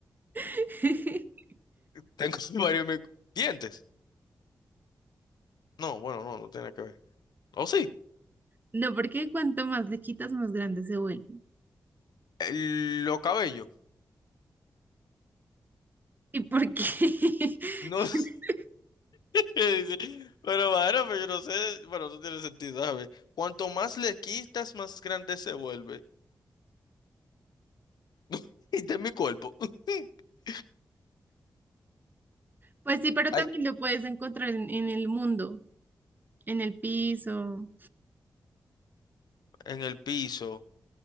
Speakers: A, on the right; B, on the left.
A: <laughs>
B: Tengo <laughs> varios mi- dientes. No, bueno, no, no tiene que ver. ¿O sí?
A: No, porque cuanto más le quitas, más grande se vuelve.
B: El- los cabellos.
A: ¿Y por qué? <laughs>
B: No <laughs> sé. Pero bueno, bueno, pero yo no sé. Bueno, eso tiene sentido, ¿sabes? Cuanto más le quitas, más grande se vuelve. <laughs> Y de mi cuerpo. <laughs>
A: Pues sí, pero
B: Ay,
A: también lo puedes encontrar en, en el mundo, en el piso,
B: en el piso.